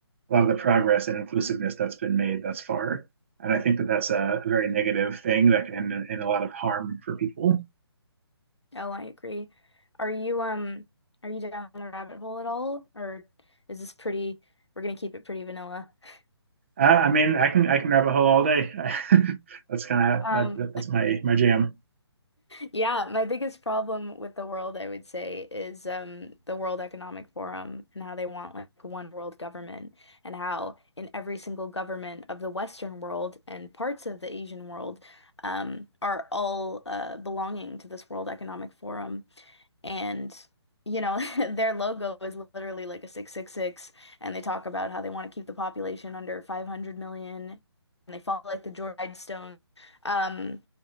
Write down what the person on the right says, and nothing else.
a lot of the progress and inclusiveness that's been made thus far. And I think that that's a very negative thing that can end in, in a lot of harm for people.
Uh, I mean, I can I can rabbit hole all day. <laughs> that's kind of
that, that's my my jam.